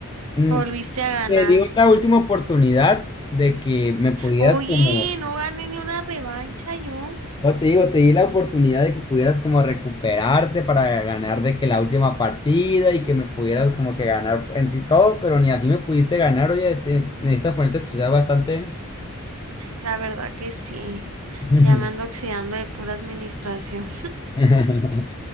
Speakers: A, on the left; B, on the right.
A: mm,
B: Volviste a ganar.
A: te digo la última oportunidad de que me pudieras
B: Oye,
A: como,
B: no gané ni una revancha yo.
A: o te digo, te di la oportunidad de que pudieras como recuperarte para ganar de que la última partida y que me pudieras como que ganar en sí todo, pero ni así me pudiste ganar, oye, te- necesitas ponerte a estudiar bastante.
B: La verdad que sí.
A: <laughs>
B: Ya me ando oxidando de pura administración.
A: <laughs>